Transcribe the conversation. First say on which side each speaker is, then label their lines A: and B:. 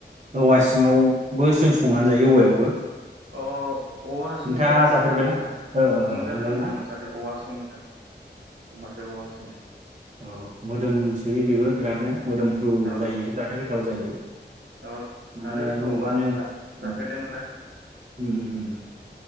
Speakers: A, on the right (about 40°); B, on the right (about 85°).
A: औवा सिङावबो जों संनानै जायो औवायावबो
B: अ औवा हासुंनिखो
A: नोंथाङा
B: मोनजादों
A: जाफेरबायना
B: आं नोंथां
A: औ औ
B: मोनजादों
A: मोनजादो
B: नोंथां
A: ना
B: मोनजादों औवा हासुंनिखौ आं मोनजादों औवा हासुंनिखौ
A: औ मोदोम सोयो बेबो बिरादनो मोदोमफ्रु
B: औ
A: जायो जानो गोथाव जायो
B: औ
A: माने
B: जानो गोथाव
A: नुबानो
B: आं जाफेरदोंमोन
A: उम
B: ना
A: उम उम